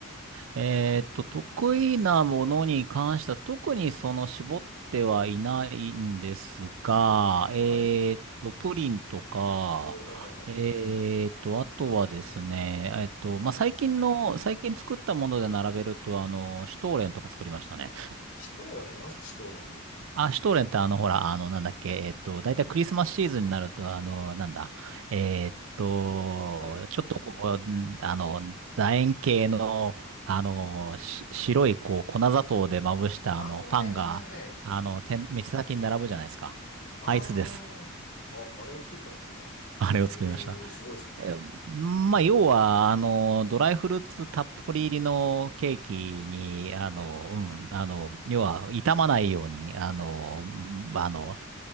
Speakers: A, on the right (about 60°); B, on the left (about 35°).
A: えーっと、得意なものに関しては特にその絞ってはいないんですが、えーっと、
B: はい。
A: プリンとか、
B: おー、はいはいはい。
A: えーっと、あとはですね、えーっと、まあ、最近の、最近作ったもので並べると、あの、シュトーレンとか作りましたね。
B: シュトーレンなんすかシュトーレンって。
A: あ、シュトーレンってあの、ほら、あの、なんだっけ、えっと、だいたいクリスマスシーズンになると、あの、なんだ、えっと、
B: はい。
A: ちょっとこう、んあの、楕円形の、あの、し白い、こう、粉砂糖でまぶした、
B: ああ、
A: あの、パンが、
B: はいはいはいはい。
A: あの、店、店先に並ぶじゃないですか。
B: ああ、
A: あいつです。
B: あ、あれを作ったんですね。
A: <laughs> あれを作りました。
B: ええー、すごいですね。
A: え、まあ、要は、あの、ドライフルーツたっぷり入りのケーキに、あの、うん、あの、要は、傷まないように、あの、うんあの、